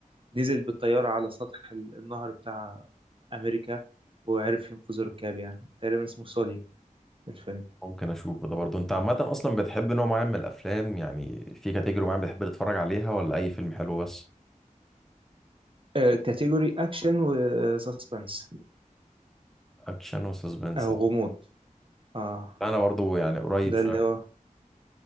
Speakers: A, on the right (about 40°); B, in the centre.
A: فنزل بالطيارة على سطح ال- النهر بتاع أمريكا وعرف ينقذ الركاب يعني تقريبا اسمه سولي الفيلم
B: ممكن اشوفه ده برضه انت عامه اصلا بتحب نوع معين من الافلام يعني في كاتيجوري معين بتحب تتفرج عليها ولا اي فيلم حلو بس
A: آه، كاتيجوري أكشن وسسبنس
B: اكشن وسسبنس
A: أو غموض اه
B: انا برضه يعني قريب
A: ده
B: شويه
A: اللي هو